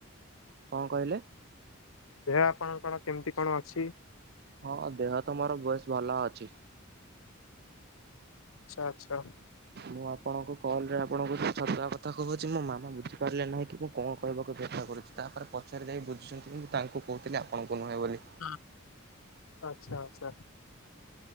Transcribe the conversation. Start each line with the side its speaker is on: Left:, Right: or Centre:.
Right: କଣ କହିଲେ?
Left: ଦେହ ଆପଣ କଣ କେମିତି କଣ ଅଛି?
Right: ହଁ ଦେହ ମୋର ବେଶ ଭଲ ଅଛି।
Left: ଆଛା ଆଛା।
Right: ମୁଁ ଆପଣଙ୍କ କଲ ରେ ଆପଣଙ୍କୁ ଛତୁଆ କଥା କହୁଛି ମୋ ମାମା ବୁଝିପାରିଲେ ନାହିଁ କି ମୁଁ କଣ କହିବାକୁ ଚେଷ୍ଟା କରୁଛି। ତାପରେ ପଚାରି ଯାଇ ବୁଝୁଛନ୍ତି ମୁଁ ତାଙ୍କୁ କହୁଥିଲି ଆପଣଙ୍କୁ ନୁହେଁ ବୋଲି।
Left: ହ ଆଚ୍ଛା ଆଚ୍ଛା।